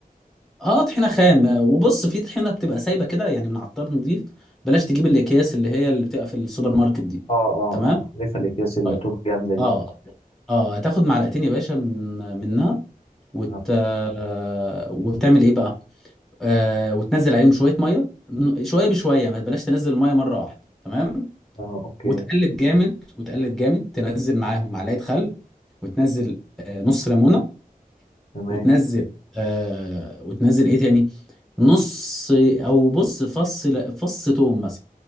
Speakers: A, in the centre; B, on the left.
A: اه طحينه خام وبص في طحينه بتبقى سايبه كده يعني من عطار نضيف بلاش تجيب الاكياس اللي هي اللي بتبقى في السوبر ماركت دي
B: اه اه
A: تمام
B: اه ليفه الاكياس اللي
A: طيب
B: بتبقى جامده دي
A: اه اه هتاخد معلقتين يا باشا من منها وت...
B: اه
A: آه، وتعمل ايه بقى آه وتنزل عليهم شويه ميه ن- شويه بشويه ما بلاش تنزل الميه مره واحده تمام
B: اه اوكي
A: وتقلب جامد وتقلب جامد تنزل معاهم معلقه خل وتنزل آه نص ليمونه
B: تمام
A: وتنزل آه وتنزل ايه تاني نص او بص فص ل- فص توم مثلا